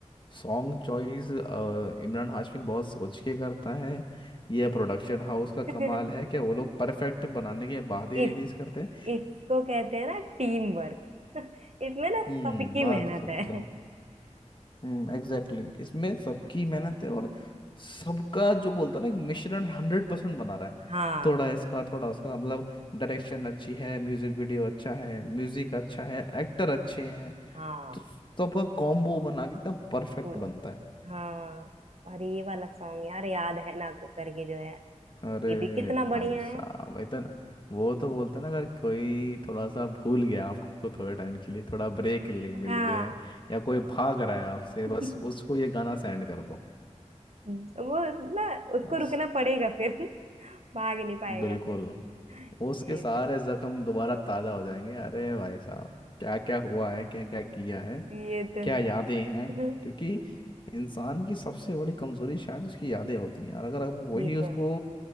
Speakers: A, on the left; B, on the right.
A: सॉन्ग चॉइस इमरान हाशमी बहुत सोच के करता है यह प्रोडक्शन हाउस का
B: <laughs>
A: कमाल है क्या वो लोग परफेक्ट बनाने के बाद ही रिलीज
B: इस
A: करते हैं
B: इसको कहते हैं ना टीम वर्क <laughs> इसमें ना सबकी
A: हम्म बात
B: मेहनत
A: तो सकते
B: है
A: हो हम्म Exactly exactly. इसमें सबकी मेहनत है और सबका जो बोलता ना एक मिश्रण हंड्रेड परसेंट बना रहा है
B: हाँ
A: थोड़ा इसका थोड़ा उसका मतलब डायरेक्शन अच्छी है म्यूजिक वीडियो अच्छा है म्यूजिक अच्छा है एक्टर अच्छे हैं
B: हाँ
A: तो सबका कॉम्बो बना के एकदम परफेक्ट
B: हम्म
A: बनता है
B: हाँ और ये वाला सॉन्ग यार याद है ना करके जो है
A: अरे
B: ये भी कितना
A: भाई
B: बढ़िया
A: साहब
B: है
A: भाई तो न- वो तो बोलते हैं ना अगर कोई थोड़ा सा भूल गया आपको थोड़े टाइम के लिए थोड़ा ब्रेक मिल
B: हाँ
A: गया है या कोई भाग रहा है आपसे
B: <laughs>
A: बस उसको ये गाना सेंड कर दो
B: वो ना उसको
A: बस
B: रुकना पड़ेगा फिर भाग नहीं पाएगा
A: बिल्कुल
B: फिर
A: उसके
B: ये
A: सारे
B: तो
A: जख्म दोबारा ताजा हो जाएंगे अरे भाई साहब क्या क्या हुआ है क्या क्या किया है
B: ये तो
A: क्या
B: है
A: यादें हैं
B: <laughs>
A: क्योंकि इंसान की सबसे बड़ी कमजोरी शायद उसकी यादें होती हैं और अगर आप वही
B: ये
A: उसको
B: तो है